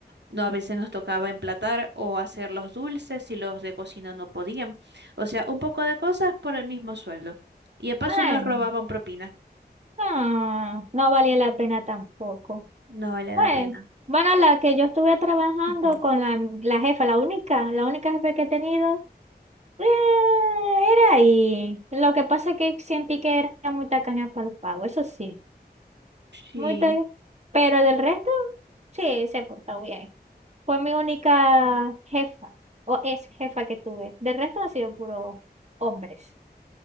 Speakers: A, on the right; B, on the right.
A: No, a veces nos tocaba emplatar o hacer los dulces si los de cocina no podían. O sea, un poco de cosas por el mismo sueldo. Y de paso
B: Bueno,
A: nos robaban propina.
B: no, no valía la pena tampoco.
A: No vale
B: Bueno,
A: la pena.
B: bueno, la que yo estuve trabajando
A: Ujú.
B: con la, la jefa, la única, la única jefa que he tenido, eh, era ahí. Lo que pasa es que sentí que era muy tacaña para los pagos, eso sí,
A: Sí,
B: muy ta- Pero del resto, sí, se portó bien. Fue mi única jefa, o es jefa que tuve. Del resto han sido puros hombres.